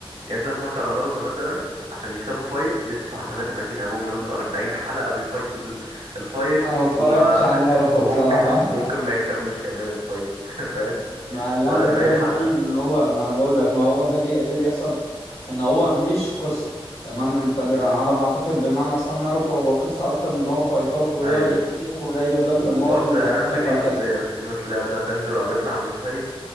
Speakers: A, on the right; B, on the left.
A: يعني انت اتفرجت على ناروتو مثلا عشان يكسبوا فايت بيطلع 33 ابوهم يقعدوا 40 حلقه بيفايتوا ال- الفايت
B: انا ما اتفرجتش
A: وما
B: على
A: <laughs>
B: ناروتو
A: وممكن
B: بصراحه
A: ممكن ما يكسبوش كمان الفايت <laughs> فاهم
B: ما اللي
A: بعد
B: انا بتكلم
A: 40 حلقه
B: فيه ان هو ما انا بقول لك ما هو ده بي... اللي بيحصل ان هو مش قصه تمام انت ب... على
A: امم
B: ما اعتقد بمعنى صح ناروتو هو قصه اكتر من ان هو فايتات ويقعد
A: ايوه
B: يحكي لك وده يجيب لك
A: وبرضه
B: من الماضي ويقدم
A: يعني عندك
B: لك
A: ديمون
B: وهكذا
A: سلاير ديمون سلاير ده تانجيرو بيطلع من الفايت